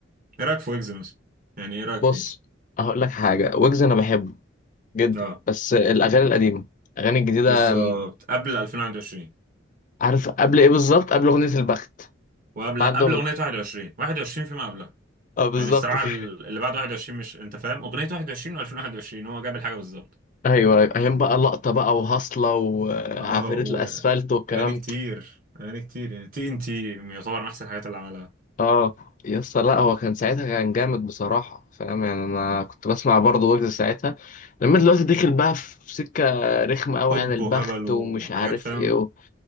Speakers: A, on the right; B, on the left.
A: ايه رايك في ويجز مثلا؟ يعني ايه رايك
B: بص
A: فيه؟
B: هقول لك حاجه ويجز انا بحبه جدا
A: اه
B: بس الاغاني القديمه الاغاني الجديده
A: بالظبط
B: م،
A: قبل 2021
B: عارف قبل ايه بالظبط قبل اغنيه البخت
A: وقبل
B: بعد
A: قبل
B: أغ-
A: اغنيه 21 21 فيما قبلها
B: اه بالظبط
A: يعني الصراع
B: كده
A: ال- اللي بعد 21 مش انت فاهم اغنيه 21 و2021 هو جاب الحاجه بالظبط
B: <laughs> ايوه ايام بقى لقطه بقى وهصله وعفاريت
A: اه و
B: الاسفلت والكلام
A: اغاني كتير اغاني كتير يعني تي ان تي يعتبر من احسن الحاجات اللي عملها
B: اه يا اسطى لا هو كان ساعتها كان جامد بصراحة فاهم يعني انا كنت بسمع برضه ويجز ساعتها لما دلوقتي دخل بقى في سكة رخمة قوي
A: حب
B: يعني البخت
A: وهبل وحاجات
B: ومش عارف
A: فاهم
B: ايه و...